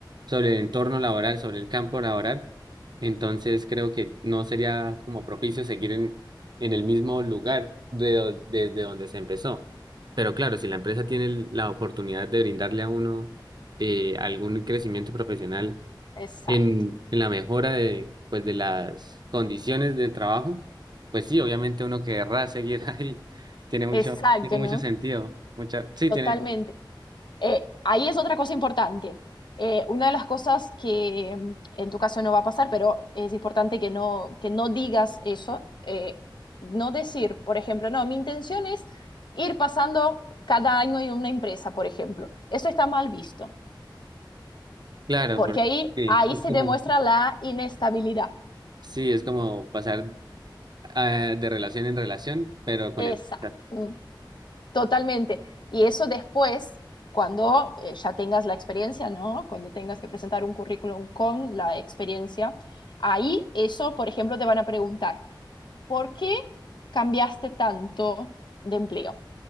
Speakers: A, on the right (about 60°); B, on the left (about 65°).
A: sobre el entorno laboral, sobre el campo laboral, entonces creo que no sería como propicio seguir en, en el mismo lugar de, do- desde donde se empezó. Pero claro, si la empresa tiene el- la oportunidad de brindarle a uno eh, algún crecimiento profesional
B: Exacto.
A: en, en la mejora de, pues, de las condiciones del trabajo, pues sí, obviamente uno querrá seguir <laughs> ahí. Tiene mucho,
B: Exacto,
A: tiene mucho
B: ¿no?
A: sentido. Mucha, sí,
B: Totalmente.
A: tiene,
B: Eh, ahí es otra cosa importante. Eh, una de las cosas que mm, en tu caso no va a pasar, pero es importante que no, que no digas eso. eh, no decir, por ejemplo, no, mi intención es ir pasando cada año en una empresa, por ejemplo. Eso está mal visto,
A: claro,
B: porque
A: porque
B: ahí,
A: sí,
B: ahí
A: es
B: se
A: como,
B: demuestra la inestabilidad.
A: sí, es como pasar ah, de relación en relación, pero con
B: Exacto,
A: empresas.
B: mm, totalmente. Y eso después, cuando eh, ya tengas la experiencia, ¿no? Cuando tengas que presentar un currículum con la experiencia, ahí eso, por ejemplo, te van a preguntar, ¿por qué cambiaste tanto de empleo?